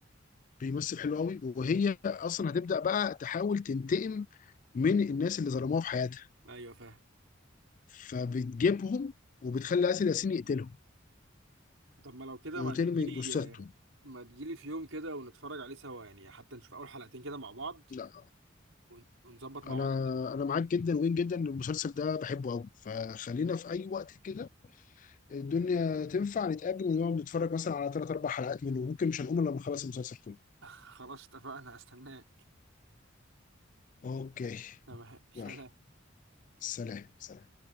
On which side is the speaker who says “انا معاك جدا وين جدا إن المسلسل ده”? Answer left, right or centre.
Left